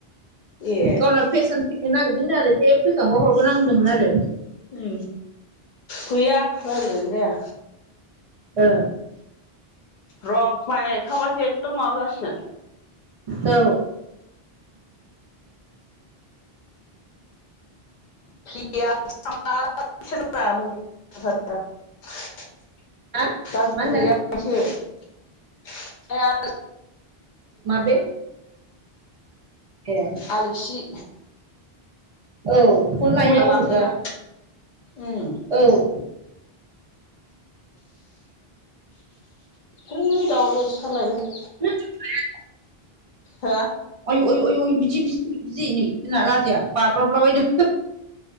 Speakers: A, on the left (about 55°); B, on the right (about 45°).
A: ए
B: गावना फेसन फैनो नागिरदोंनो आरो बे फैखांबा हरगोन आं होनदोंमोन आरो।
A: उम गैया रायलायनायानो जाया।
B: ओ।
A: र माइ गायखांबासो एकदम माबा जासिगोन।
B: औ।
A: <unintelligible> <unintelligible>
B: हा मा होनदों माबे? ए
A: आलिगसि।
B: औ फन लायोना
A: मबेला लाना
B: गथ'फ्रा
A: थायोबा उम।
B: औ
A: हैै दाउआबो एफा <unintelligible>
B: <unintelligible>
A: हो?
B: आयु आयु आयु बिदि बिजि बिजि बिजि जोंना राजाया नै बाब्राबलाबायदों।